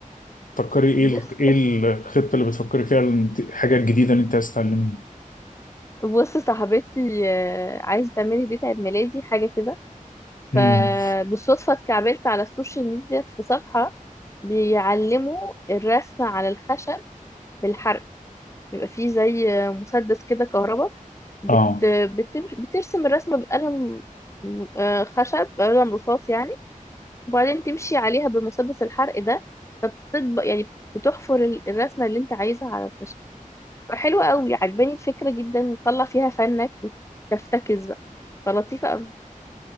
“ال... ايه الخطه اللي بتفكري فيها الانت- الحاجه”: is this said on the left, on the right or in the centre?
Left